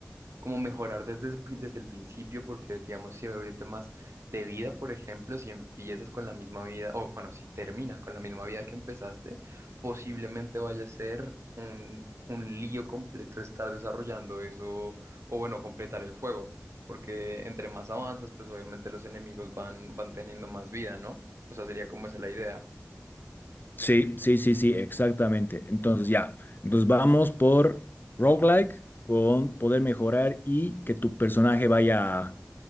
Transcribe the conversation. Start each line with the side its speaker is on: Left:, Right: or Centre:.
Right: como mejorar desde, el pri- desde el principio, porque digamos, si en temas de vida, por ejemplo, si empiezas con la misma vida, o bueno, si terminas con la misma vida que empezaste, posiblemente vaya a ser un, un lío completo estar desarrollando eso, o bueno, completar el juego, porque entre más avanzas, pues obviamente los enemigos van, van teniendo más vida, ¿no? O sea, sería como esa la idea.
Left: Sí, sí, sí, sí, exactamente. Entonces ya, entonces vamos por roguelike con poder mejorar y que tu personaje vaya